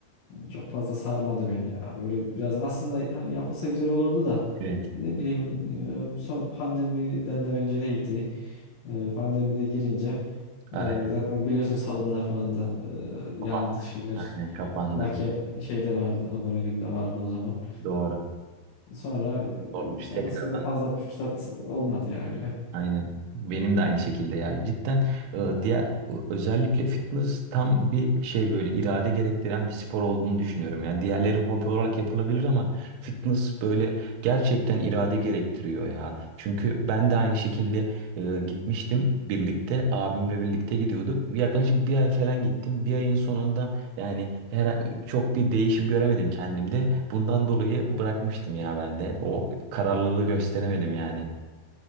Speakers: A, on the left; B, on the right.
A: Çok fazla sarmadı beni ya. Böyle biraz aslında hani yapılsa güzel olurdu da
B: Evet.
A: ne bileyim e, son pandemiden de öncedeydi. E, Pandemide girince e,
B: Araya.
A: zaten biliyorsunuz salonlar falan da e, yandı
B: Kapan-
A: şeyler.
B: Aynen kapandı.
A: Make şeyde vardı, aboneliğimde vardı o zaman.
B: Doğru.
A: Sonra
B: Sormuş
A: e, sonrasında
B: tekrardan.
A: da fazla bir fırsat olmadı ya öyle.
B: Aynen. Benim de aynı şekilde ya. Cidden e, diğer ö- özellikle fitness tam bir şey böyle irade gerektiren bir spor olduğunu düşünüyorum ya. Diğerleri hobi olarak yapılabilir ama fitness böyle gerçekten irade gerektiriyor ya. Çünkü ben de aynı şekilde e, gitmiştim birlikte abimle birlikte gidiyorduk. Yaklaşık bir ay falan gittim. Bir ayın sonunda yani her çok bir değişim göremedim kendimde. Bundan dolayı bırakmıştım ya ben de. O kararlılığı gösteremedim yani.